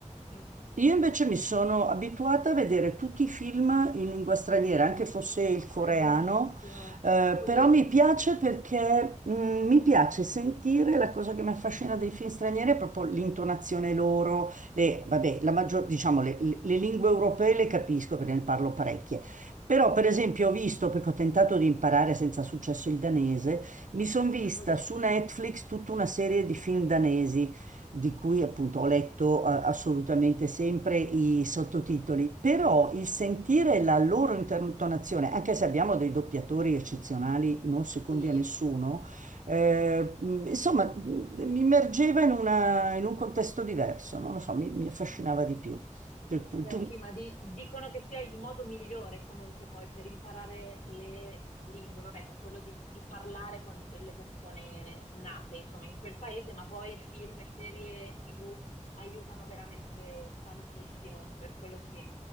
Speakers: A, on the left; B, on the right.
A: <laughs>
B: Io invece mi sono abituata a vedere tutti i film in lingua straniera, anche fosse il
A: Ma
B: coreano,
A: fai benissimo.
B: eh,
A: Cavoli,
B: però mi piace perché mh, mi piace sentire la cosa che mi affascina dei film stranieri è proprio l'intonazione loro, le, vabbè, la maggior, diciamo, le, le- le lingue europee le capisco perché ne parlo parecchie. Però, per esempio, ho visto, perché ho tentato di imparare senza successo il danese, mi sono vista
A: cavoli.
B: su
A: <laughs>
B: Netflix tutta una serie di film danesi di cui appunto ho letto eh, assolutamente sempre i sottotitoli, però il sentire
A: Certo.
B: la loro intonazione, anche se abbiamo dei doppiatori eccezionali, non secondi
A: Sì,
B: a nessuno, eh, mh, insomma, mh, mi immergeva in una- in un contesto diverso, no? non lo so, mi, mi affascinava di più. Per cui
A: Beh,
B: tu
A: sì, ma di- dicono che sia il modo migliore comunque poi per imparare le lingue, vabbè, è quello di, di parlare con delle persone nate, insomma, in quel paese, ma poi film e serie TV aiutano veramente tantissimo, per quello sì.